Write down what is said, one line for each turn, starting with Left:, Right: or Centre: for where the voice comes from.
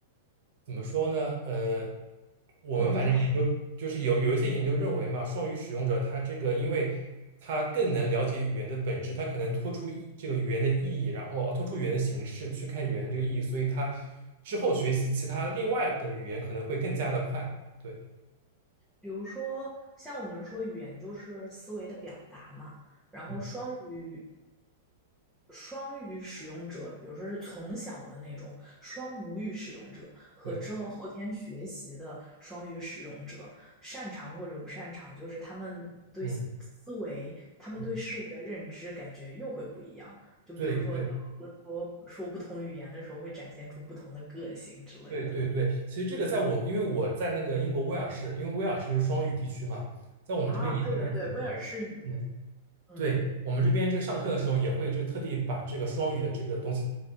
Right: 怎么说呢？呃，我们反正研究就是有有一些研究认为嘛，
Centre: 就比如说
Right: 双语使用者他这个，因为他更能了解语言的本质，他可能脱出一这个语言的意义，然后哦脱出语言的形式去看语言的这个意义，所以他之后学习其他另外的语言可能会更加的快。对，
Centre: 比如说，像我们说语言就是思维的表达嘛，然后双语
Right: 嗯，
Centre: 双语使用者，比如说是从小的那种双母语使用者和之后后天学习的双语使用者，
Right: 对，
Centre: 擅长或者不擅长，就是他们对思
Right: 嗯。
Centre: 维、他们对事物的认知感觉又会不一样。
Right: 嗯
Centre: 就比如说，
Right: 对对
Centre: 说说不同语言的时候，会展现出不同的个性之类的。
Right: 对对对，其实这个在我，因为我在那个英国威尔士，因为威尔士就是双语地区嘛，在我们这边研究还是挺多的。
Centre: 啊，对对对，威尔士语，
Right: 嗯。
Centre: 嗯。
Right: 对，我们这边就上课的时候也会就特地把这个双语的这个东西，